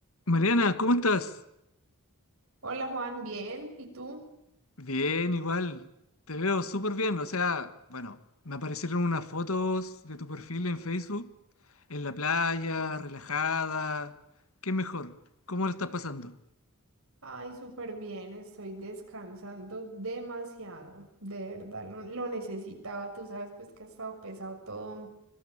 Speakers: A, on the left (about 70°); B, on the right (about 70°).
A: Mariana, ¿cómo estás?
B: Hola Juan, bien. ¿Y tú?
A: Bien, igual. Te veo súper bien. O sea, bueno, me aparecieron unas fotos de tu perfil en Facebook, en la playa, relajada. ¿Qué mejor? ¿Cómo lo estás pasando?
B: Ay, súper bien. Estoy descansando demasiado. De verdad, lo, lo necesitaba. Tú sabes, pues que ha estado pesado todo,